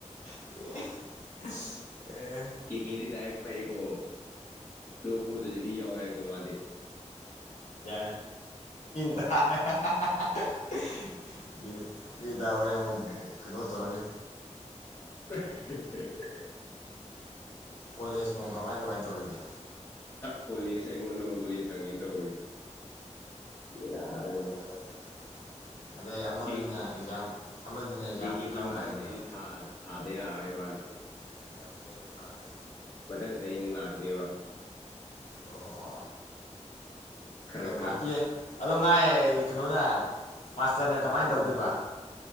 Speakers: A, on the left; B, on the left.
A: <unintelligible>
B: ꯀꯦ ꯀꯦꯗꯤ ꯗꯥꯏꯔꯦꯛ ꯄꯛꯏꯀꯣ ꯂꯣꯛ ꯈꯨꯕꯗꯁꯨ ꯏ ꯌꯥꯎꯋꯦꯏꯀꯣ ꯃꯥꯗꯤ
A: <unintelligible> ꯃꯤ ꯇꯥꯔꯒ <unintelligible> ꯃꯤ ꯃꯤ ꯇꯥꯕꯅꯦ ꯑꯃꯨꯛ ꯀꯩꯅꯣ ꯇꯧꯔꯅꯤ
B: <inaudible>
A: ꯀꯣꯂꯦꯖ ꯅꯨꯡ ꯀꯃꯥꯏ ꯀꯃꯥꯏ ꯇꯧꯔꯤꯒꯦ
B: ꯑ ꯀꯣꯂꯦꯖ ꯑꯩꯉꯣꯟꯗ ꯑꯃꯨꯛ ꯀꯣꯂꯦꯖ ꯍꯪꯉꯤꯅꯦ ꯇꯧꯔꯤꯁꯦ ꯕꯦꯔꯥꯅꯤꯗ
A: <unintelligible>
B: <inaudible>
A: ꯑꯗꯩ ꯑꯃꯗꯨꯅ
B: ꯀꯦꯛ
A: ꯑꯦꯛꯖꯥꯝ ꯑꯃꯗꯨꯅ ꯑꯦꯛꯖꯥꯝ
B: ꯀꯦꯀꯦꯗꯤ
A: ꯀꯔꯝ
B: ꯃꯊꯪꯗꯩꯁꯨ
A: ꯀꯥꯟꯗꯅꯦꯕ
B: ꯊꯥ ꯊꯥꯗ ꯌꯥꯔꯣꯏ ꯃꯥꯗꯤ
A: <unintelligible> ꯄ꯭ꯔꯛꯇꯤꯀꯦꯜꯁꯨ ꯊꯥꯗꯦ
B: ꯃꯊꯪ ꯆꯍꯤ ꯑꯃꯨꯛ ꯂꯥꯛꯈꯤꯅꯤꯕ
A: ꯑꯣ ꯍꯣ
B: ꯈꯔ
A: ꯑꯗꯣ
B: ꯈꯔ
A: ꯃꯥ ꯑꯦ ꯑꯗꯣ ꯃꯥꯥꯏ ꯀꯩꯅꯣꯅ ꯃꯥꯁꯇꯔꯅ ꯀꯃꯥꯏ ꯇꯧꯗꯣꯏꯕ